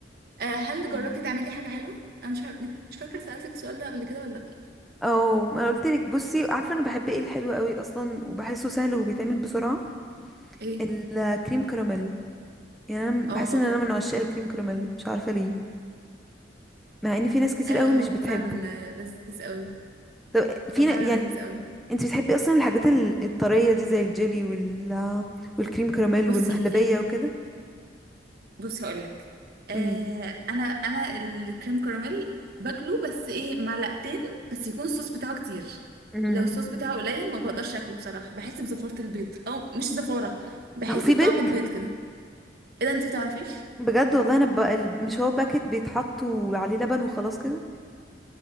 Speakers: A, on the right; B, in the centre.
A: آه، هل
B: <laughs>
A: جربتي تعملي حاجة حلوة؟ أنا مش ه- مش فاكرة سألتك السؤال ده قبل كده ولا لأ
B: اه انا قلت لك بصي عارفه انا بحب ايه الحلو قوي اصلا وبحسه سهل وبيتعمل بسرعه
A: إيه؟
B: الكريم كراميل يعني انا
A: آه
B: بحس ان انا من عشاق الكريم كراميل مش عارفه ليه مع ان في ناس كتير
A: آه،
B: قوي
A: هو
B: مش بتحبه
A: فعلا آه، لذيذ قوي
B: طب في
A: هو فعلا
B: ن- يعني
A: لذيذ قوي
B: انت بتحبي اصلا الحاجات ال- الطريه دي زي الجيلي وال والكريم كراميل
A: بصي
B: والمهلبيه
A: آه،
B: وكده
A: بصي هقولك آه
B: قولي
A: أنا أنا الكريم كراميل باكله بس إيه معلقتين بس يكون الصوص بتاعه كتير
B: امم
A: لو الصوص بتاعه قليل ما بقدرش أكله بصراحة بحس بزفارة البيض أو مش زفارة بحس
B: هو في
A: بطعم
B: بيض
A: البيض كده إيه ده أنتي بتعرفيش؟
B: بجد والله انا بقى ال- مش هو باكت بيتحط وعليه لبن وخلاص كده